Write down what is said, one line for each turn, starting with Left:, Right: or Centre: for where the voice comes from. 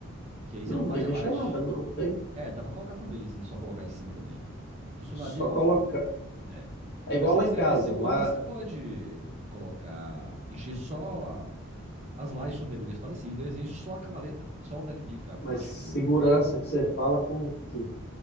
Right: Que aí
Left: Não,
Right: você não bate
Left: não tem que
Right: a laje
Left: encher nada, não, tem.
Right: É, dá pra colocar também, assim, só colocar em cima também. Funcionaria
Left: Só
Right: igual
Left: colocar.
Right: o forro. É.
Left: É igual
Right: Mas se você
Left: lá
Right: quiser
Left: em casa.
Right: mais segurança,
Left: Lá
Right: você pode colocar, encher só a- as lajes superiores. Faz assim, então eles enchem só a canaleta, só onde é que fica a parte
Left: Mas segurança
Right: do.
Left: que você fala como que?